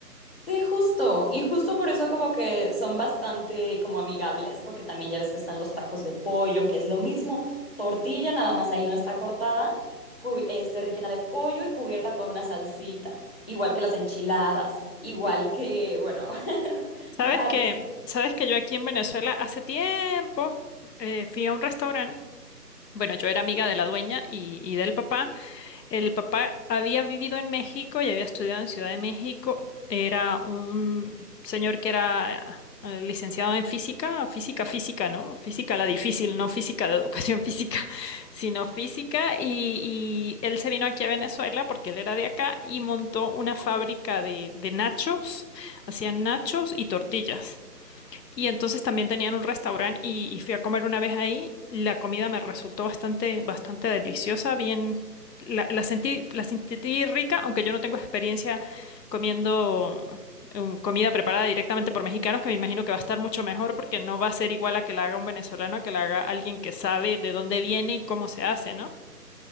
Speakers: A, on the left; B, on the left.
A: Sí, justo. Y justo por eso como que son bastante como amigables, porque también ya ves que están los tacos de pollo, que es lo mismo, tortilla, nada más ahí no está cortada, cu- este, rellena de pollo y cubierta con una salsita, igual que las enchiladas, igual que, bueno, <laughs>
B: Sabes
A: varios.
B: que, sabes que yo aquí en Venezuela hace tiempo eh, fui a un restaurante. Bueno, yo era
A: sí,
B: amiga de la dueña y, y del papá. El papá había vivido en México y había estudiado en Ciudad de México. Era un señor que era eh, licenciado en física, física, física, ¿no? Física la difícil, no física de educación física, <laughs> sino física. Y, y él se vino aquí a Venezuela porque él era de acá y montó una fábrica de, de nachos. Hacían nachos y tortillas. Y entonces también tenían un restaurante y, y fui a comer una vez ahí. La comida me resultó bastante, bastante deliciosa, bien, la, la sentí, la sentí rica, aunque yo no tengo experiencia comiendo eh, comida preparada directamente por mexicanos, que me imagino que va a estar mucho mejor porque no va a ser igual a que la haga un venezolano, a que la haga alguien que sabe de dónde viene y cómo se hace, ¿no?